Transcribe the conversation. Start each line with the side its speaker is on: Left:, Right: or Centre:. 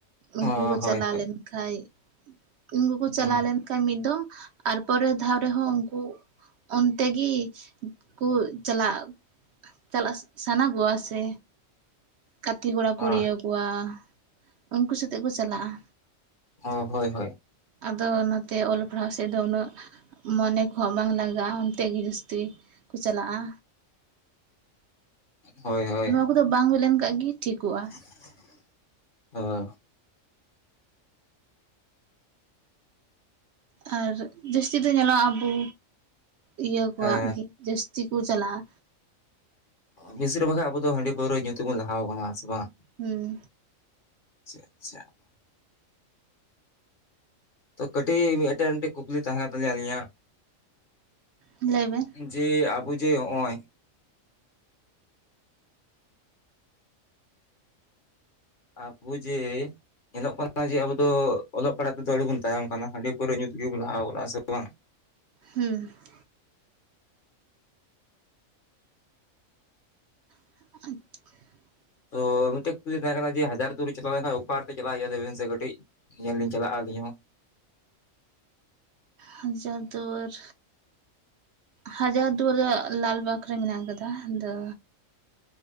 Right: ᱩᱱᱠᱩ
Left: ᱚ
Right: ᱠᱚ
Left: ᱦᱳᱭ
Right: ᱪᱟᱞᱟᱣ
Left: ᱦᱳᱭ
Right: ᱞᱮᱱᱠᱷᱟᱡ ᱩᱱᱠᱩ ᱠᱚ
Left: ᱦᱩᱸ
Right: ᱪᱟᱞᱟᱣ ᱞᱮᱱ ᱠᱟᱢᱤ ᱫᱚ ᱟᱨ ᱯᱚᱨᱮ ᱫᱷᱟᱣ ᱨᱮᱦᱚᱸ ᱩᱱᱠᱩ ᱚᱱᱛᱮ ᱜᱤ ᱠᱩ ᱪᱟᱞᱟᱜ ᱪᱟᱞᱟᱜ ᱥᱟᱱᱟ ᱠᱚᱣᱟ ᱥᱮ ᱜᱟᱛᱮ ᱠᱚᱲᱟ ᱠᱩᱲᱤᱭᱟᱹ᱾
Left: ᱚ
Right: ᱠᱚᱣᱟ ᱩᱱᱠᱩ ᱥᱟᱛᱮᱠ ᱠᱚ ᱪᱟᱞᱟᱜ-ᱟ᱾
Left: ᱦᱚᱸ ᱦᱚᱭ ᱦᱚᱭ᱾
Right: ᱟᱫᱚ ᱱᱚᱛᱮ ᱚᱞ ᱯᱟᱲᱦᱟᱣ ᱥᱮᱫ ᱫᱚ ᱩᱱᱟᱹᱜ ᱢᱚᱱᱮ ᱠᱚ ᱦᱚᱸ ᱵᱟᱝ ᱞᱟᱜᱟᱜ-ᱟ ᱚᱱᱛᱮ ᱜᱮ ᱡᱟᱹᱥᱛᱤ ᱠᱩ ᱪᱟᱞᱟᱜ-ᱟ᱾
Left: ᱦᱳᱭ, ᱦᱳᱭ ᱾
Right: ᱠᱩ ᱫᱚ ᱵᱟᱝ ᱦᱩᱭ ᱞᱮᱱ ᱠᱷᱟᱱ ᱜᱮ ᱴᱷᱤᱠᱚᱜ-ᱟ᱾
Left: <inaudible>
Right: ᱟᱨ ᱡᱟᱹᱥᱛᱤ ᱫᱚ ᱧᱮᱞᱚᱜ-ᱟ, ᱟᱵᱚ ᱤᱭᱟᱹ ᱠᱚᱣᱟᱜ
Left: ᱦᱮᱸ
Right: ᱜᱮ ᱡᱟᱹᱥᱛᱤ ᱠᱚ ᱪᱟᱞᱟᱜ-ᱟ᱾
Left: ᱵᱮᱥᱤᱨ ᱵᱷᱟᱜ ᱟᱵᱚ ᱫᱚ ᱦᱟᱺᱰᱤ ᱯᱟᱹᱣᱨᱟᱹ ᱧᱩ ᱛᱮᱵᱚᱱ ᱞᱟᱦᱟᱣ ᱟᱠᱟᱱᱟ ᱥᱮ ᱵᱟᱝ ᱾
Right: ᱦᱩᱸ ᱾
Left: ᱟᱪᱪᱷᱟ, ᱟᱪᱪᱷᱟ ᱾ ᱛᱚ ᱠᱟᱹᱴᱤᱡ ᱢᱤᱫᱴᱮᱱ ᱠᱩᱠᱞᱤ ᱛᱟᱦᱮᱸ ᱛᱟᱞᱤᱧᱟ ᱟᱹᱞᱤᱧᱟᱜ
Right: ᱞᱟᱹᱭ ᱵᱤᱱ
Left: ᱡᱮ ᱟᱵᱚ ᱡᱮ ᱦᱚᱜ-ᱚᱭ ᱟᱵᱚ ᱡᱮ ᱧᱮᱞᱚᱜ ᱠᱟᱱᱟ ᱡᱮ ᱟᱵᱚ ᱫᱚ ᱚᱞᱚᱜ ᱯᱟᱲᱦᱟᱜ ᱛᱮᱫᱚ ᱟᱹᱰᱤ ᱵᱚᱱ ᱛᱟᱭᱚᱢ ᱟᱠᱟᱱᱟ ᱦᱟᱺᱰᱤ ᱯᱟᱣᱨᱟᱹ ᱧᱩ ᱛᱮᱜᱮᱵᱚᱱ ᱞᱟᱦᱟᱣ ᱟᱠᱟᱱ ᱥᱮ ᱵᱟᱝ?
Right: ᱦᱩᱸ ᱾ <inaudible>
Left: ᱛᱚ ᱢᱤᱫᱴᱮᱡ ᱠᱩᱠᱞᱤ ᱛᱟᱦᱮᱸ ᱠᱟᱱᱟ ᱡᱮ ᱦᱟᱡᱟᱨ ᱫᱩᱨ ᱨᱮ ᱪᱟᱞᱟᱣ ᱞᱮᱱᱠᱷᱟᱱ ᱚᱯᱟᱨ ᱛᱮ ᱪᱟᱞᱟᱜ ᱦᱩᱭᱩᱜ-ᱟ ᱥᱮ ᱠᱟᱹᱴᱤᱡ ᱧᱮᱧᱮᱞ ᱞᱤᱧ ᱪᱟᱞᱟᱜ-ᱟ, ᱟᱹᱞᱤᱧ ᱦᱚᱸ ᱾
Right: ᱦᱟᱡᱟᱨ ᱫᱩᱣᱟᱹᱨ ᱦᱟᱡᱟᱨ ᱫᱩᱣᱟᱹᱨ ᱞᱟᱞᱵᱟᱜᱽ ᱨᱮ ᱢᱮᱱᱟᱜ ᱟᱠᱟᱫᱟ ᱟᱫᱚ